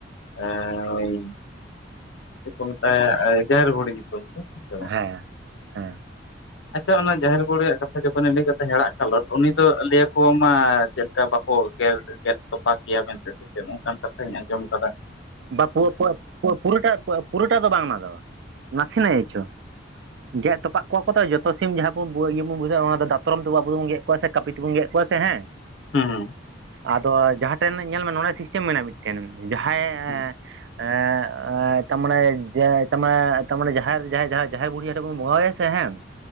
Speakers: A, on the left; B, on the right.
A: ᱮᱸᱻ ᱪᱮᱛᱠᱚ ᱢᱮᱛᱟᱭ, ᱡᱟᱦᱮᱨ ᱵᱩᱰᱷᱤ ᱧᱩᱛᱩᱢ ᱛᱮ ᱾
B: ᱦᱮᱸᱻ ᱦᱮᱸ ᱾
A: ᱟᱪᱷᱟ, ᱚᱱᱟ ᱡᱟᱦᱮᱨ ᱵᱩᱰᱷᱤᱭᱟᱜ, ᱠᱟᱛᱷᱟ ᱡᱚᱠᱷᱚᱱᱮᱢ, ᱞᱟᱹᱭ ᱠᱟᱛᱮ, ᱦᱮᱲᱟᱜ ᱠᱟᱞᱚᱴ, ᱩᱱᱤ ᱫᱚ, ᱞᱟᱹᱭ ᱭᱟᱠᱚ, ᱢᱟ, ᱪᱮᱫ ᱞᱮᱠᱟ ᱵᱟᱠᱚ, ᱜᱮᱫ ᱜᱮᱫ ᱛᱚᱯᱟᱜ ᱜᱮᱭᱟ, ᱢᱮᱱᱛᱮ ᱥᱮ ᱪᱮᱫ? ᱱᱚᱝ ᱠᱟᱱ ᱠᱟᱛᱷᱟᱧ, ᱟᱸᱡᱚᱢ ᱟᱠᱟᱫᱟ ᱾
B: ᱵᱟ ᱯᱩᱣᱟ, ᱯᱩᱣᱟ ᱯᱩᱣᱟ ᱯᱩᱨᱟᱹᱴᱟᱜ, ᱯᱩᱨᱟ. ᱴᱟᱜ ᱫᱚ ᱵᱟᱝ ᱱᱟᱥᱮᱱᱟᱜ ᱜᱮ ᱪᱚᱝ ᱜᱮᱫ ᱛᱚᱯᱟᱜ ᱠᱚᱣᱟ ᱠᱚ ᱛᱚ, ᱡᱚᱛᱚ ᱥᱤᱢ, ᱡᱟᱦᱟᱸ ᱵᱚ ᱱᱤᱭᱟ <unintelligible> ᱹ ᱵᱚᱱ, ᱵᱩᱡᱷᱟᱹᱜᱣᱟ ᱾ ᱚᱱᱟ ᱫᱚ, ᱫᱟᱛᱨᱚᱢ ᱛᱮᱵᱚ, ᱟᱵᱚ ᱫᱚ ᱜᱮᱫ ᱠᱚᱣᱟ, ᱥᱮ ᱠᱟᱹᱯᱤ ᱛᱮᱵᱚᱱ ᱜᱮᱫ ᱠᱚᱣᱟ, ᱥᱮ ᱦᱮᱸ ᱾
A: ᱦᱩᱸᱻ ᱾
B: ᱟᱫᱚ, ᱡᱟᱦᱟᱸ ᱴᱷᱮᱱ ᱧᱮᱞ ᱢᱮ, ᱱᱚᱰᱮ ᱢᱤᱫᱴᱮᱱ ᱥᱤᱥᱴᱟᱢ ᱢᱮᱱᱟᱜᱼᱟ, ᱢᱤᱫᱴᱮᱱ ᱡᱟᱦᱟᱸᱭ ᱮᱸᱻᱭᱼᱟᱸ
A: ᱦᱩᱸ
B: ᱾ ᱮᱼᱛᱟ ᱢᱟᱱᱮ, ᱡᱟ ᱛᱟ ᱢᱟᱱᱮ, ᱛᱟᱨᱢᱟᱱᱮ ᱡᱟᱦᱮᱨ ᱡᱟᱦᱮᱨ ᱡᱟᱦᱮᱨ ᱵᱩᱰᱷᱤ ᱟᱛᱮ ᱵᱚᱱ ᱵᱚᱸᱜᱟ ᱦᱟᱭᱟ ᱥᱮ ᱦᱮᱸ ᱾